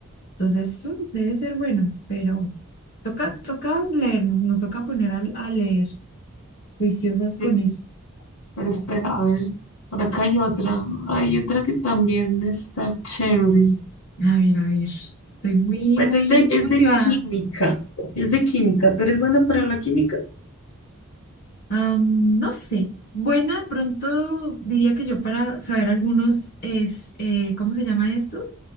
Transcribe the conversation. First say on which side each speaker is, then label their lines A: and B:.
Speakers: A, on the left; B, on the left.
A: entonces eso debe ser bueno, pero toca, toca leer, nos, nos toca poner a, a leer, juiciosas
B: Sí,
A: con eso.
B: Pero espera, a ver, por acá hay otra. Hay otra que también está chévere.
A: A ver, a ver, estoy muy,
B: Pues
A: muy
B: es de, es
A: motivada.
B: de química. Es de química. ¿Tú eres buena para la química?
A: Am, no sé. Buena, de pronto diría que yo para saber algunos, es, eh, ¿cómo se llama estos?